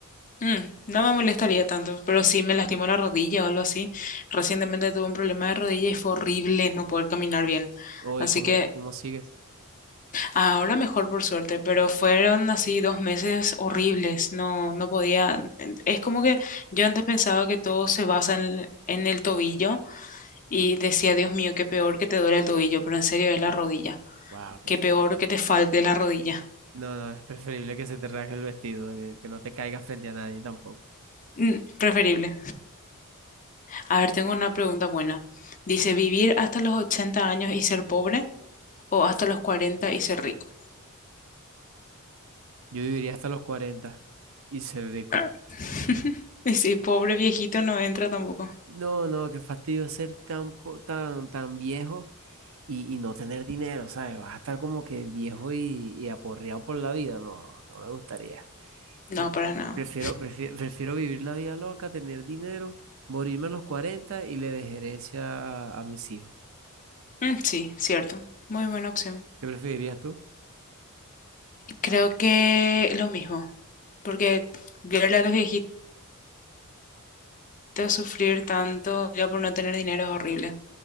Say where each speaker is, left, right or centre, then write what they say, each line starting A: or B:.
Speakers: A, on the left; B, on the right.
A: Mm, no me molestaría tanto, pero sí me lastimó la rodilla o algo así. Recientemente tuve un problema de rodilla y fue horrible no poder caminar bien.
B: Oye,
A: Así
B: ¿cómo,
A: que
B: cómo sigues?
A: Ahora mejor por suerte, pero fueron así dos meses horribles, no, no podía, es como que yo antes pensaba que todo se basa en, en el tobillo y decía, Dios mío, qué peor que te duele el tobillo, pero en serio es la rodilla,
B: Wow, qué
A: qué
B: fuerte.
A: peor que te falte la rodilla,
B: No, no, es preferible que se te rasgue el vestido, que, que no te caigas frente a nadie tampoco.
A: Mm, preferible. A ver, tengo una pregunta buena. Dice, ¿vivir hasta los 80 años y ser pobre o hasta los 40 y ser rico?
B: Yo viviría hasta los 40 y ser rico.
A: <laughs> Y si pobre viejito no entra tampoco.
B: No, no, qué fastidio ser tan, po- tan, tan viejo y, y no tener dinero, ¿sabes? Vas a estar como que viejo y, y aporreado por la vida. No, no me gustaría.
A: No,
B: Pre-
A: para nada.
B: Prefiero, prefiero, prefiero vivir la vida loca, tener dinero, morirme a los 40 y le dejaré herencia a, a mis hijos.
A: Mm, sí, cierto. Muy buena opción.
B: ¿Qué preferirías tú?
A: Creo que lo mismo, porque verle a los viejitos sufrir tanto yo por no tener dinero es horrible.